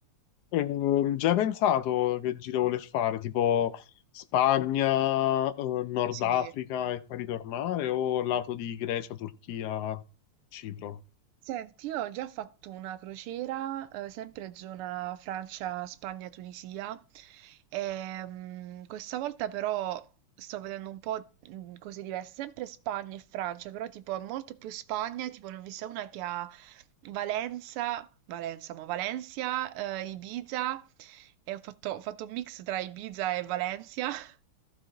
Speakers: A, on the left (about 85°); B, on the right (about 85°).
A: Ehm, già hai pensato che giro voler fare? Tipo Spagna, eh, Nord
B: Sì.
A: Africa e poi ritornare o lato di Grecia, Turchia, Cipro?
B: Senti, io ho già fatto una crociera, eh, sempre zona Francia, Spagna, Tunisia, e, mm, questa volta però sto vedendo un po' mm, cose diverse, sempre Spagna e Francia, però tipo molto più Spagna, tipo ne ho vista una che a Valenza Valenza, ma Valencia, eh, Ibiza e ho fatto, ho fatto un mix tra Ibiza e Valencia. <laughs>